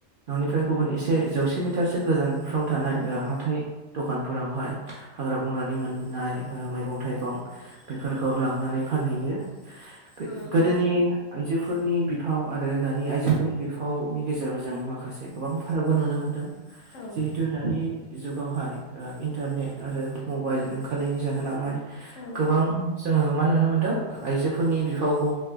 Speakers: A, on the right; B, on the left.
A: फ्राय गुबुन एसे जौसे मिटारसो गोजानफ्राव थानाय
B: औ
A: ओ हाथाय दखानफोरावहाय हाग्रा बंग्रानि मोननाय ओ मैगं थाइगं बेफोरखौ लांनानै फानहैयो गो
B: औ नंगौ
A: गोदोनि
B: नोंथां
A: आइजोफोरनि बिफाव आरो दानि आइजोफोरनि बिफावनि गेजेराव जों माखासे गोबां फारागबो नुनो मोन्दों
B: औ
A: जिहेतु दानि जुगावहाय ओ इन्टारनेट आरो मबाइल ओंखारनायनि जाहोनावहाय
B: औ
A: गोबां जोङो मा नुनो मोनदों आइजोफोरनि बिफावखौ